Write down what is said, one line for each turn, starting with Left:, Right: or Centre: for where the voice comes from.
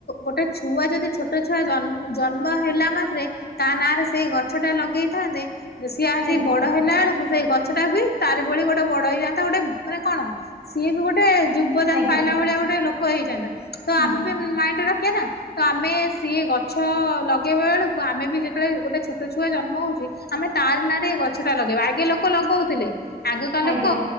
Left: ଗୋଟେ ଛୁଆ ଯଦି ଛୋଟ ଛୁଆ ଜନ ଜନ୍ମ ହେଲା ମାତ୍ରେ ତା ନାଁ ରେ ସେଇ ଗଛ ଟା ଲଗେଇଥାନ୍ତେ ସିଏ ଆଜି
Right: ଆଜ୍ଞା
Left: ବଡ ହେଲା ବେଳକୁ ସେଇ ଗଛଟା ବି ତାରି ଭଳି ଗୋଟେ ବଡ ହେଇଯାଆନ୍ତା ଗୋଟେ ମାନେ କଣ ସିଏ ବି ଗୋଟେ ଯୁବଦାନ
Right: ଆଜ୍ଞା
Left: ପାଇଲା ଭଳିଆ ଗୋଟେ ଲୋକ ହେଇଯାଆନ୍ତା। ତ
Right: ହୁଁ
Left: ଆମେ ବି ମାଇଣ୍ଡରେ ରଖିବା ନା। ତ ଆମେ ସିଏ ଗଛ ଲଗେଇବା ବେଳକୁ ଆମେ ବି ଯେତେବେଳେ ଗୋଟେ ଛୋ ଛୋଟ ଛୁଆ ଜନ୍ମ ହଉଛି ଆମେ ତାରି ନାଁରେ ଗଛ ଟା ଲଗେଇବା। ଆଗେ ଲୋକ ଲଗଉଥିଲେ ଆଗକା
Right: ଆଜ୍ଞା
Left: ଲୋ